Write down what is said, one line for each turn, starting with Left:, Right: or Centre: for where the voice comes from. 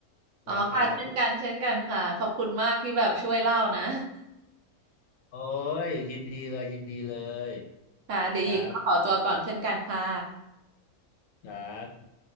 Right: อ๋อค่ะเช่นกันเช่นกันค่ะขอบคุณมากที่แบบช่วยเล่านะ
Left: นะครับคุณโอ้ยยินดีเลยยินดีเลย
Right: <laughs> ค่ะเดี๋ยวหญิงก็ขอตัวก่อนเช่นกันค่ะ
Left: ครับครับ